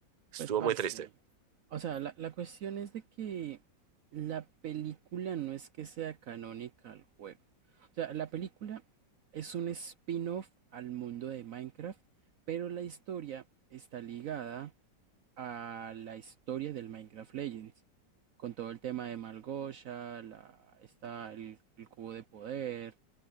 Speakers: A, on the right (about 45°); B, on the right (about 65°).
A: estuvo
B: Pues, parce.
A: muy triste.
B: O sea, la, la cuestión es de que la película no es que sea canónica al juego. O sea, la película es un spin-off al mundo de Minecraft, pero la historia está ligada a la historia del Minecraft Legends, con todo el tema de Malgosha, la, está el, el cubo de poder,